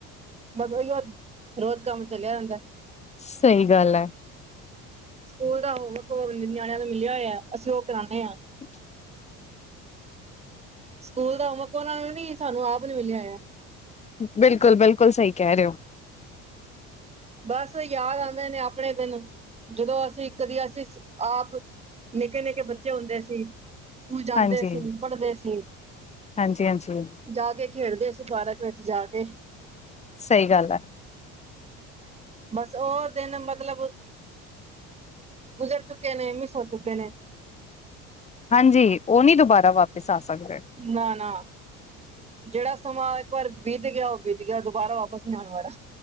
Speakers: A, on the right; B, on the left.
A: ਬੱਸ ਓਹੀ ਰੋਜ ਕੰਮ ਚਲਿਆ ਰਹਿੰਦਾ।
B: ਸਹੀ ਗੱਲ ਹੈ।
A: ਸਕੂਲ ਦਾ ਹੋਮਵਰਕ ਨਿਆਣਿਆਂ ਨੂੰ ਮਿਲਿਆ ਹੋਇਆ। ਅਸੀਂ ਉਹ ਕਰਾਉਂਦੇ ਹਾਂ।
B: ਅੱ
A: ਸਕੂਲ ਦਾ ਹੋਮਵਰਕ ਉਹਨਾਂ ਨੂੰ ਨੀ, ਸਾਨੂੰ ਆਪ ਨੂੰ ਮਿਲਿਆ ਹੋਇਆ।
B: ਬਿਲਕੁਲ, ਬਿਲਕੁਲ ਸਹੀ ਕਹਿ ਰਹੇ ਹੋ।
A: ਬਸ ਯਾਦ ਆਉਂਦੇ ਨੇ ਆਪਣੇ ਦਿਨ। ਜਦੋਂ ਅਸੀਂ ਇੱਕ ਦੀ ਅਸੀਂ ਆਪ ਨਿੱਕੇ ਨਿੱਕੇ ਬੱਚੇ ਹੁੰਦੇ ਸੀ, ਸਕੂਲ ਜਾਂਦੇ
B: ਹਾਂਜੀ
A: ਸੀ, ਪੜਦੇ ਸੀ।
B: ਹਾਂਜੀ ਹਾਂਜੀ।
A: ਜਾ ਕੇ ਖੇਡਦੇ ਸੀ, ਪਾਰਕ ਵਿੱਚ ਜਾ ਕੇ।
B: ਸਹੀ ਗੱਲ ਹੈ।
A: ਬਸ, ਉਹ ਦਿਨ ਮਤਲਬ ਗੁਜ਼ਰ ਚੁੱਕੇ ਨੇ, ਮਿਸ ਹੋ ਚੁੱਕੇ ਨੇ।
B: ਹਾਂਜੀ, ਉਹ ਨਹੀਂ ਦੁਬਾਰਾ ਵਾਪਿਸ ਆ ਸਕਦੇ।
A: ਨਾ ਨਾ। ਜਿਹੜਾ ਸਮਾਂ ਇੱਕ ਵਾਰ ਬੀਤ ਗਿਆ, ਉਹ ਬੀਤ ਗਿਆ ਉਹ ਦੁਬਾਰਾ ਵਾਪਸ ਨਹੀਂ ਆਉਣ ਵਾਲਾ।